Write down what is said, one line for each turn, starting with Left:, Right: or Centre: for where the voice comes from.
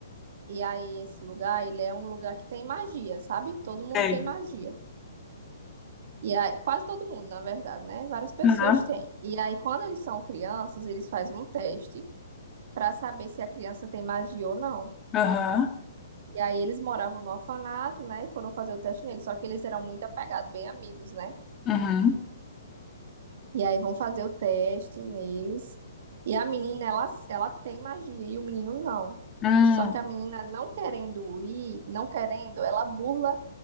Right: E aí esse lugar, ele é um lugar que tem magia, sabe? Todo mundo
Left: Sei.
Right: tem magia. E aí, quase todo mundo, na verdade, né? Várias pessoas
Left: Aham.
Right: têm. E aí quando eles são crianças, eles fazem um teste para saber se a criança tem magia ou não.
Left: Aham.
Right: E aí eles moravam no orfanato, né? E foram fazer o teste neles. Só que eles eram muito apegados, bem amigos, né?
Left: Uhum.
Right: E aí vão fazer o teste neles. E a menina, ela, ela tem magia e o menino não.
Left: Hum.
Right: Só que a menina não querendo ir, não querendo, ela burla,